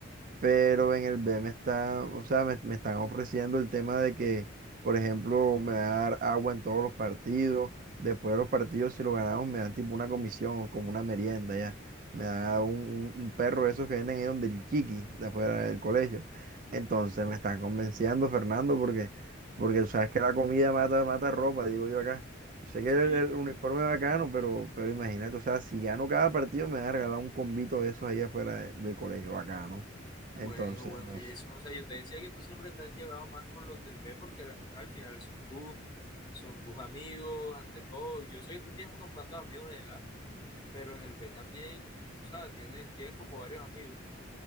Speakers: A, on the right (about 45°); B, on the left (about 20°).
A: pero en el B me está, o sea, me, me están ofreciendo el tema de que, por ejemplo, me va a dar agua en todos los partidos, después de los partidos, si lo ganamos, me dan tipo una comisión o como una merienda, ya, me da un, un- un perro de esos que venden ahí donde el chiqui, de afuera del colegio. Entonces me están convenciendo, Fernando, porque, porque tú sabes que la comida mata, mata ropa, digo yo acá. Yo sé que
B: Sí.
A: el, el uniforme es bacano, pero, pero imagínate, o sea, si gano cada partido, me van a regalar un combito de esos ahí afuera de- del colegio, bacano.
B: Bueno,
A: Entonces,
B: bueno,
A: no
B: Jason,
A: sé.
B: o sea, yo te decía que tú siempre te has llevado más con los del B porque, ajá, al final son tus, son tus amigos, ante todo. Yo sé que tú tienes unos cuantos amigos en el A, pero en el B también, o sea, tienes, tienes como varios amigos.